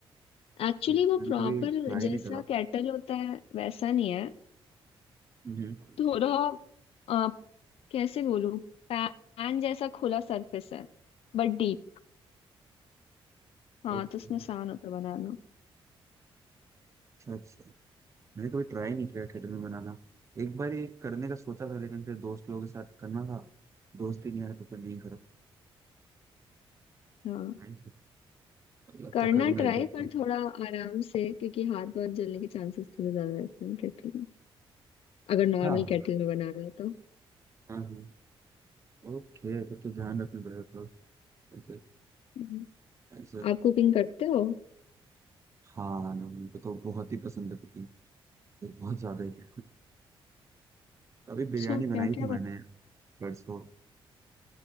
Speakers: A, on the left; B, on the right.
A: एक्चुअली
B: लाइक
A: वो
B: मैंने
A: प्रॉपर
B: कभी ट्राई
A: जैसा
B: नहीं करा
A: केटल होता है वैसा नहीं है
B: हम्म अच्छा
A: थोड़ा आ, कैसे बोलूँ पैन जैसा खुला सरफेस है बट डीप हाँ
B: ओके
A: तो उसमें आसान होता है बनाना
B: अच्छा अच्छा मैंने कभी ट्राई नहीं किया केटल में बनाना एक बार ये करने का सोचा था लेकिन फिर दोस्त लोगों के साथ करना था दोस्त ही नहीं आया तो फिर नहीं
A: हाँ
B: करा लगता
A: करना
B: करूंगा
A: ट्राई
B: एक बार ट्राई।
A: पर थोड़ा आराम से क्योंकि हाथ बहुत जलने के चांसेस थोड़े ज्यादा रहते हैं केटल में अगर नॉर्मल
B: हाँ
A: केटल में बना रहे हो तो
B: हाँ हाँ ओके तो तो ध्यान रखना पड़ेगा थोड़ा ओके,
A: हम्म।
B: ऐसे
A: आप कुकिंग करते हो
B: हाँ मुझे तो बहुत ही पसंद है कुकिंग बहुत ज्यादा ही है अभी
A: अच्छा
B: बिरयानी
A: क्या
B: बनाई
A: क्या
B: थी
A: बन
B: मैंने परसों